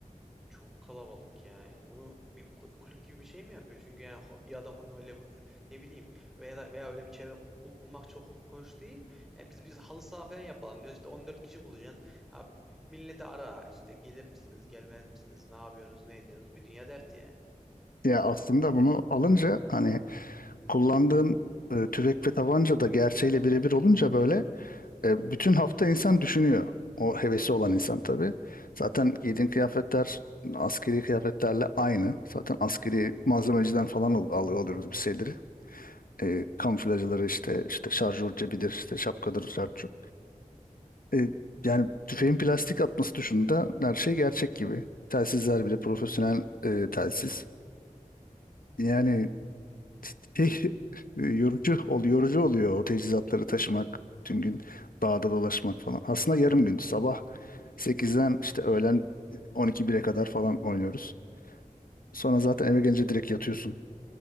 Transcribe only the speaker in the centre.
çok kalabalık ya. Yani bunu bir ku- kulüp gibi bir şey mi yapıyor? Çünkü yani ho- bir adamın öyle ne bileyim veya da- veya öyle bir çevre bu- bu- bulmak çok hoş değil. Yani biz biz halı saha falan yapalım diyor. İşte 14 kişi bulacaksın. Ha, milleti ara işte gelir misiniz, gelmez misiniz, ne yapıyorsunuz, ne ediyorsunuz? Bir dünya dert yani.